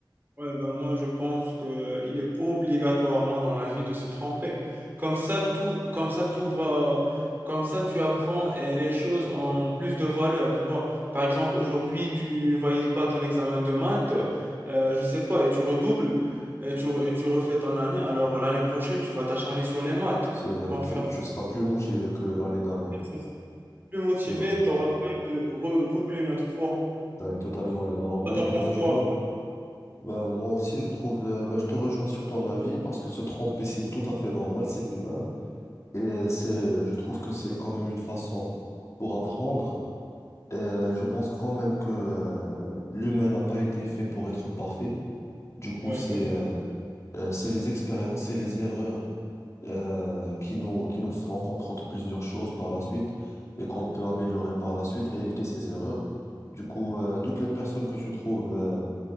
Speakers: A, on the right; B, on the left.
A: Ouais, ben moi, je pense que il est obligatoirement dans la vie de se tromper. Comme ça, tout, comme ça, tout va, comme ça, tu apprends eh, les choses en plus de valeur, tu vois. Par exemple, aujourd'hui, tu ne valides pas ton examen de maths, euh, je sais pas, et tu redoubles, et tu, et tu refais ton année. Alors, l'année prochaine, tu vas t'acharner sur les maths.
B: C'est vrai,
A: Contrairement,
B: tu, tu seras plus motivé que l'année d'avant.
A: si tu plus motivé,
B: C'est vrai.
A: tu auras peur de redoubler une autre fois.
B: Ouais, totalement raison. Alors moi,
A: Toi, T'en
B: je te
A: penses
B: rejoins.
A: quoi?
B: Bah, moi aussi, je trouve, euh, bah, je te rejoins sur ton avis parce que se tromper, c'est tout à fait normal, c'est humain. Et euh, c'est, je trouve que c'est quand même une façon pour apprendre. Et, euh, je pense quand même que euh, l'humain n'a pas été fait pour être parfait. Du coup,
A: Ouais,
B: c'est
A: effect-
B: euh, euh, c'est les expériences et les erreurs euh, qui nous, qui nous font comprendre plusieurs choses par la suite et qu'on peut améliorer par la suite et éviter ces erreurs. Du coup, euh, toutes les personnes que tu trouves euh,